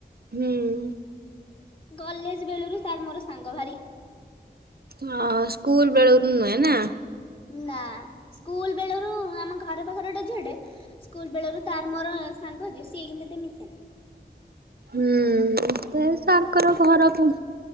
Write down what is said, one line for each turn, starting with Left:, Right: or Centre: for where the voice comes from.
Right: ହୁଁ।
Left: କଲେଜ ବେଳୁରୁ ତାର ମୋର ସାଙ୍ଗ ଭାରି।
Right: ହଁ ସ୍କୁଲ ବେଳରୁ ନୁହେଁ ନା।
Left: ନାଁ ସ୍କୁଲ ବେଳରୁ ଆମ ଘର ପାଖର ଗୋଟେ ଝିଅଟେ ସ୍କୁଲ ବେଳରୁ ତା ମୋର ସାଙ୍ଗ ଯେ ସିଏ କିନ୍ତୁ ଏତେ ମିଶେନା।
Right: ହୁଁ ସେ ସାରଙ୍କର ଘର କଅଁ।